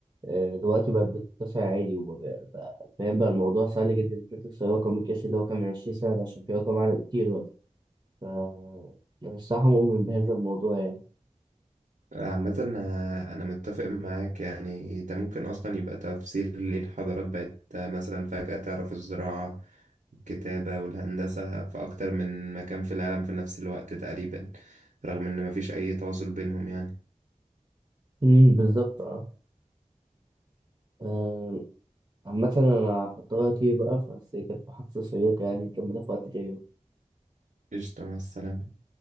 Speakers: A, on the right (about 30°); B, on the right (about 80°).
A: آه، دلوقتي بقت بتتكسر عادي وبقى- بقى- فاهم بقى الموضوع سهل جدا انك تكسر رقم القياسي اللي هو كان من 20 سنة ده، عشان في رقم أعلى بكتير دلوقتي ف أنا الصراحة مؤمن بهذا الموضوع يعني
B: عامة آه، أنا متفق معاك يعني ده ممكن أصلا يبقى تفسير ليه الحضارات بقت آه، مثلا فجأة تعرف الزراعة الكتابة والهندسة في أكتر من مكان في العالم في نفس الوقت تقريبا رغم إن مفيش أي تواصل بينهم يعني
A: امم بالظبط اه آم، عامة أنا هضطر أطير بقى بس هي كانت محادثة شيقة يعني نكملها في وقت تاني
B: قشطة مع السلامة